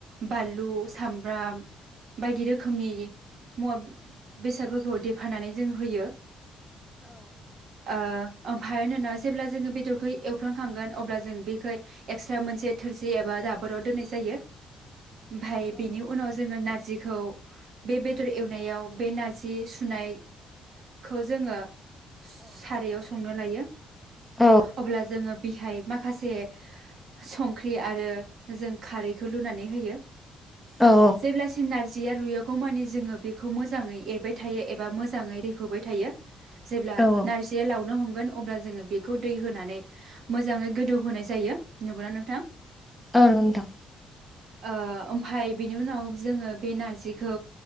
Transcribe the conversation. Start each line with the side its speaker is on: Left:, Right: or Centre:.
Right: बालु सामब्राम बायदि रो खोमनि मुवा बेसादफोरखौ देफानानै जों होयो ओ ओमफाय नोङो जे ब्ला जोङो बेदरखौ एवफ्रानखांगोन अब्ला जों बेखौ एक्सट्रा मोनसे थोरसि एबा दाबोराव दोननाय जायो। ओमफाय बेनि उनाव जोङो नारजि खौ बे बेदर एवनायाव बे नारजि सुनायखौ जोङो स-सारायाव संनो लायो।
Centre: औ
Right: अब्ला जोङो बिहाय माखासे संख्रि आरो जों खारैखौ लुनानै होयो।
Centre: औ
Right: जेब्लासिम नारजि जिया रुयागौ मानि जोङो बेखौ मोजाङै एरबाय थायो एबा मोजाङै रैफोबाय थायो। जेब्ला
Centre: औ
Right: नारजिया लावनो हम मोन अब्ला जोङो बेखौ दै होनानै मोजाङै गोदौ होनाय जायो नंगौना नोंथां?
Centre: औ नंगौ नोंथां।
Right: ओ ओमफाय बेनि उनाव जोङो बे नारजिखौ